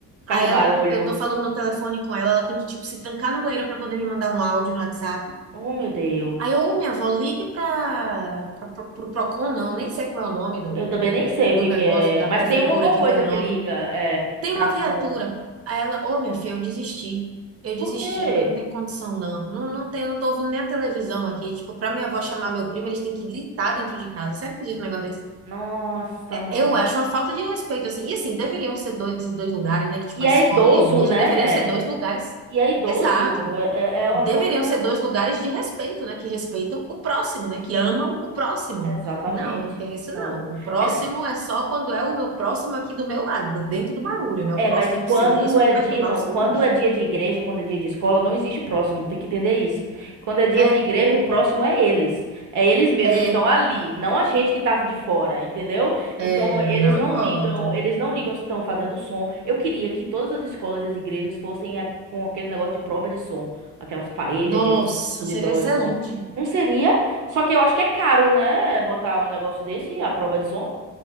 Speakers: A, on the right; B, on the right.
A: Por causa
B: a
A: do
B: ela,
A: barulho.
B: eu tô falando no telefone com ela, ela tem que, tipo, se trancar no banheiro pra poder me mandar um áudio no WhatsApp.
A: Oh, meu Deus.
B: Aí eu, ô, minha avó, ligue pra, pra, pro pro Procon, não, nem sei como é o nome do,
A: Eu também
B: do,
A: nem sei o
B: do
A: que
B: negócio,
A: que é,
B: da
A: mas
B: prefeitura
A: tem um- alguma
B: que
A: coisa
B: vem o
A: que
B: nome.
A: liga, é,
B: Tem
A: pra
B: uma viatura.
A: som.
B: Aí ela, ô, minha filha, eu desisti. Eu
A: Por
B: desisti,
A: quê?
B: porque não tem condição, não. Não, não tem, não tô ouvindo nem a televisão aqui. Tipo, pra minha avó chamar meu primo, eles têm que gritar dentro de casa. Você acredita num negócio desse?
A: Nossa,
B: É,
A: mano.
B: Eu acho uma falta de respeito, assim. E assim, deveriam ser dois e dois lugares, né? Que tipo,
A: E
B: a
A: é
B: escola
A: idoso,
B: e a igreja
A: né?
B: deveriam ser dois lugares.
A: E é idoso,
B: Exato
A: é, é é uma
B: deveriam
A: coisa
B: ser
A: complicada.
B: dois lugares de respeito, né? Que respeitam o próximo, né? Que amam o próximo.
A: Exatamente.
B: Não, não tem isso
A: Não.
B: não. O próximo
A: É
B: é só quando é o meu próximo aqui do meu lado, dentro do barulho, né? O
A: É,
B: próximo
A: mas quando
B: no silêncio, eu
A: é
B: vou perturbar
A: dia, não,
B: o silêncio.
A: quando é dia de igreja, quando é dia de escola, não existe próximo, tem que entender isso. Quando é dia
B: É,
A: de igreja, o próximo é eles. É eles mesmos
B: é,
A: que estão ali, não a gente que tava de fora, entendeu?
B: é,
A: Então, eles
B: não
A: não
B: importa.
A: ligam, eles não ligam se estão fazendo som. Eu queria que todas as escolas e as igrejas fossem a- com aquele negócio de prova de som, aquelas paredes,
B: Nossa,
A: aquele negócio
B: seria
A: de prova
B: excelente.
A: de som. Não seria? Só que eu acho que é caro, né, botar um negócio desse, a prova de som.